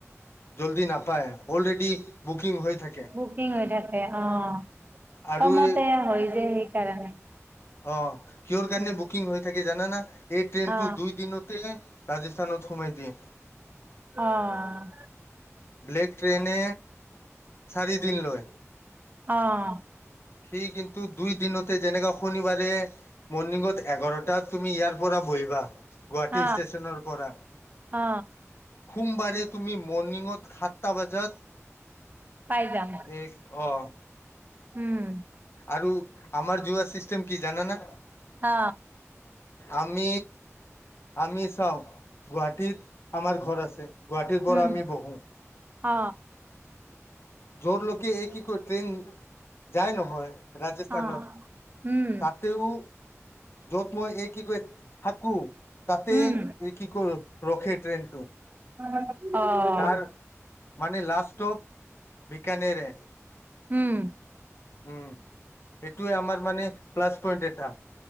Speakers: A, on the left; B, on the right.
A: জল্দি নাপায় অলৰেডি বুকিং হৈ থাকে।
B: বুকিং হৈ থাকে, অ',
A: আৰু
B: কমতে
A: এই
B: হয় যে সেইকাৰণে।
A: অ', কিহৰ কাৰণে
B: উম
A: বুকিং হৈ থাকে জানানা এই ট্ৰেইনটো
B: অ
A: দুই দিনত তে ৰাজস্থানত সোমাই দিয়ে।
B: অ'।
A: ব্লেক ট্ৰেইনে, চাৰি দিন লয়।
B: অ'।
A: সি কিন্তু দুই দিনতে যেনেকা শনিবাৰে মৰ্ণিঙত এঘাৰটাত তুমি ইয়াৰ পৰা বহিবা। গুৱাহাটী
B: অ
A: ষ্টেশচনৰ পৰা।
B: অ অ
A: সোমবাৰে তুমি মৰ্ণিঙত সাতটা বাজাত
B: পাই যাম।
A: এক অ।
B: হুম।
A: আৰু আমাৰ যোৱা চিষ্টেম কি জানানা?
B: আ।
A: আমি আমি চাও গুৱাহাটীত আমাৰ ঘৰ আছে গুৱাহাটীৰ পৰা
B: উম
A: আমি বহো।
B: অ।
A: জৰলৈকে এই কি কয় ট্ৰেইন যায় নহয় ৰাজস্থানত,
B: অ উম
A: তাতেও য'ত মই এই কি কয় থাকো তাতে
B: উম
A: এই কি কয় ৰখে ট্ৰেইনটো।
B: <unintelligible>
A: তাৰ মানে লাষ্টপ বিকানেৰে
B: উম।
A: উম এটোৱে আমাৰ মানে প্লাছ পইণ্ট এটা।